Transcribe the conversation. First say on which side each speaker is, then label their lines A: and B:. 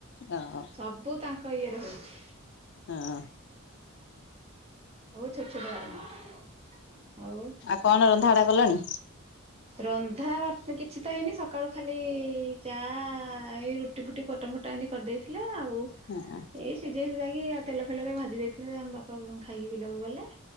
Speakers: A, on the left; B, on the right.
A: ହଁ।
B: ସବୁ ତାଙ୍କ ଇଏରେ ହଉଛି।
A: ହଁ।
B: ବହୁତ ଛୋଟ ଛୋଟ ବାରଣ ଆଉ
A: କଣ ରନ୍ଧାବଢ଼ା କଲଣି?
B: ରନ୍ଧା ବାର୍ତ କିଛି ତ ହେଇନି ସକାଳୁ ଖାଲି ଚା ଏଇ ରୁ ଟି ଫୁଟି ପରଟା ଫରଟା ଏମିତି କରିଦେଇଥିଲା ଆଉ
A: ହଁ ହଁ
B: ଏଇ ସିଝେଇ ସୁଝାକି ଆଉ ତେଲ ଫେଲରେ ଭାଜି ଦେଇଥିଲେ ଆମ ବାପା ଖାଇକି ବିଲକୁ ଗଲେ।।